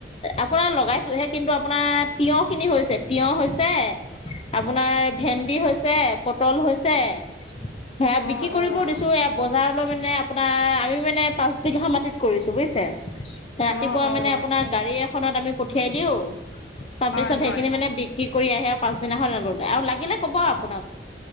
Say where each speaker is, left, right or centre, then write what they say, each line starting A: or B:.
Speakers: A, on the left; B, on the left.
A: আপোনাৰ লগাইছোহে কিন্তু আপোনাৰ তিয়হ খিনি হৈছে, তিঁয়হ হৈছে আপোনাৰ ভেন্দি হৈছে, পটল হৈছে। সে বিক্ৰী
B: অঁ
A: কৰিব
B: অঁ
A: দিছো এ বজাৰলৈ মানে আপোনাৰ আমি মানে পাঁচ বিঘা মাটিত কৰিছো বুজিছে, ৰাতিপুৱা
B: অঁ অঁ
A: মানে আপোনাক গাড়ী এখনত আমি পঠিয়াই দিওঁ তাৰপিছত
B: হয় হয়
A: সেইখিনি মানে বিক্ৰী কৰি আহে আৰু পাছদিনাখন নলো আৰু লাগিলে কব আপোনাক।